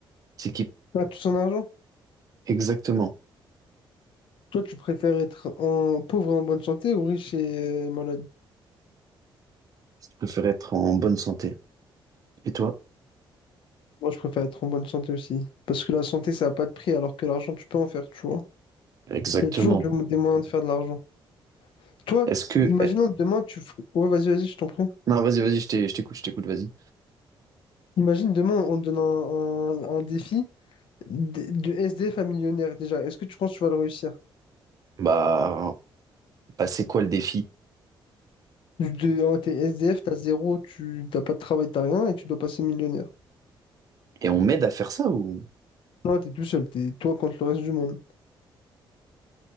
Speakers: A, on the right; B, on the left.
A: C'est qu'il...
B: Ah, tout son argent?
A: Exactement.
B: Toi, tu préfères être en pauvre et en bonne santé ou riche et malade?
A: Je préfère être en bonne santé. Et toi?
B: Moi, je préfère être en bonne santé aussi. Parce que la santé, ça n'a pas de prix, alors que l'argent, tu peux en faire, tu vois.
A: Exactement.
B: Il y a toujours du- des moyens de faire de l'argent. Toi,
A: Est-ce que,
B: imaginons demain, tu... fer- Ouais, vas-y, vas-y, je t'en prie.
A: Non, vas-y, vas-y, je t'ai- je t'écoute, je t'écoute, vas-y.
B: Imagine demain, on te donne un, un- un défi de, de SDF à millionnaire, déjà. Est-ce que tu penses que tu vas le réussir?
A: Bah, bah c'est quoi le défi?
B: De, oh, t'es SDF, t'as zéro, tu t'as pas de travail, t'as rien, et tu dois passer millionnaire.
A: Et on m'aide à faire ça ou?
B: Non, t'es tout seul, t'es toi contre le reste du monde.